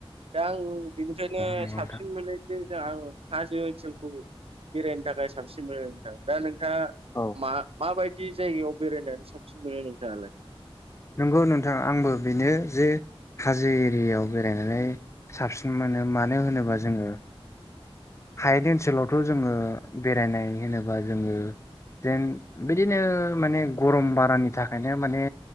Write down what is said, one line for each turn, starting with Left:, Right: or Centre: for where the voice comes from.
Right: दा आं बेनिखायनो
Left: नंगौ नोंथां
Right: साबसिन मोनो। आं हाजो ओनसोलखौ बेरायनो थाखाय साबसिन मोनो नोंथां दा नोंथाङा।
Left: औ।
Right: माबायदि जायगायाव बेरायनानै साबसिन मोनो नोंथाङालाय
Left: नंगौ नोंथां आंबो बेनो जे हाजो एरियाव बेरायनानै। साबसिन मोनो मानो होनोबा जोङो। हायारि ओनसोलावथ' जोङो बेरायनाय होनोबा जोङो। जेन बिदिनो माने गरम बारानि थाखायनो माने